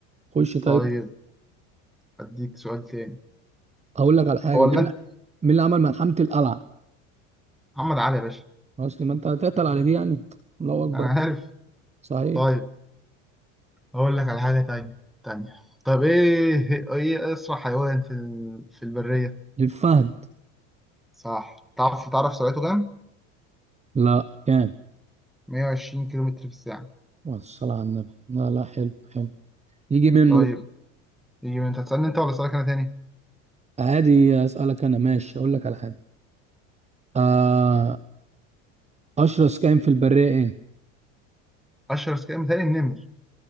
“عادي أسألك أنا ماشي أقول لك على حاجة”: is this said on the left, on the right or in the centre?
Right